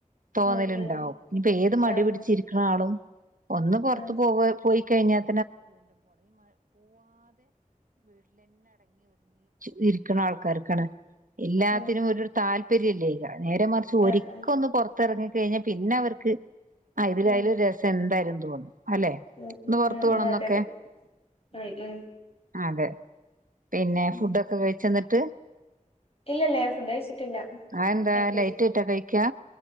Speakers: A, on the right; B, on the left.
A: തോന്നല്ണ്ടാവും
B: ഉം ഉം
A: ഞ്ഞിപ്പ ഏത് മടിപിടിച്ചിരിക്ക്ണ
B: ആഹ് ആഹ്
A: ആളും ഒന്ന്‌ പൊർത്ത്
B: ആഹ്
A: പോയാ <unintelligible> ത്ത്ക്കറങ്ങി. എല്ലാത്തിനും
B: ഉം
A: <unintelligible> ശെരില്ലേ നേരെ മറിച്ച് ഒരിക്കൊന്ന്
B: ആഹ് ആഹ്
A: പൊർത്തറങ്ങി. കയ്ഞ്ഞാ പിന്നവർക്ക് <unintelligible>
B: ഉം
A: അലെ
B: ഉം
A: ഒന്ന്‌
B: ഉം
A: പൊർത്ത്
B: ഉം
A: പോണന്നൊക്കെ
B: ഉം അതെ അതെ ഉം ഉം
A: അതെ പിന്നെ
B: ഉം
A: ഫുഡൊക്കെ കഴിച്ചെന്നിട്ട്
B: ഇല്ലല്ല ഞാൻ ഫുഡയ്ച്ച്ട്ട്ല്ല
A: അതെന്താ
B: എന്ത്
A: ലൈറ്റ് ആയിട്ടാ കഴിക്കാ